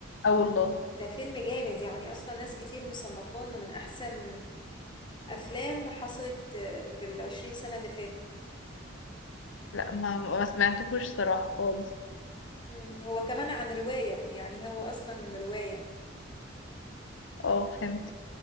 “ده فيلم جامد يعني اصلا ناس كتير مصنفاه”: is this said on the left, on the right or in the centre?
Left